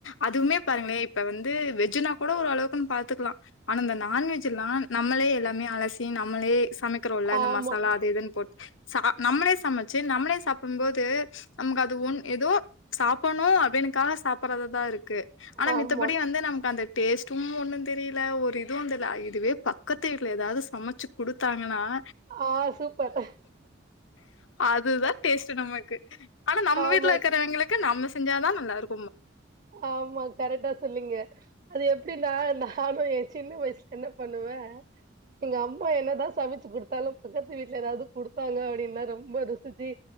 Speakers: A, on the left; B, on the right.
A: அதுவுமே பாருங்களே இப்ப வந்து வெஜ் வெஜ்னா கூட ஓரளவுக்குன்னு பாத்துக்கலா ஆனா இந்த நான்வெஜ்லா நம்மளே எல்லாமே அலசி நம்மளே சமைக்கிறோல இந்த
B: ஆமா
A: மசாலா அது இதுன்னு போட்டு சா நம்மளே சமச்சு நம்மளே சாப்டும்போது நமக்கு அது ஒன் ஏதோ சாப்பன்ணு அப்டின்னு க்காக சாப்பறது தா இருக்கு ஆனா
B: ஆமா
A: மித்தபடி வந்து நமக்கு அந்த டேஸ்ட்டும் ஒன்னு தெரில ஒரு இதுவு தெர்ல இதுவே பக்கத்து வீட்ல எதாவது சமச்சு குடுத்தாங்கன்னா <inaudible>
B: ஆ சூப்பர்
A: அதுதா டேஸ்ட்டு நமக்கு ஆனா நம்ம
B: ஆமாக்கா
A: வீட்ல இருக்கிறவங்களுக்கு நம்ம செஞ்சாதா நல்லா இருக்கு
B: ஆமா கரெக்டா சொல்லுங்க அது எப்டின்னா நானு என் சின்ன வயசுல என்னா பண்ணுவ எங்க அம்மா என்னதா சமச்சு குடுத்தாலு பக்கத்து வீட்ல எதாவது குடுத்தாங்க அப்டின்னா ரொம்ப ருசிச்சு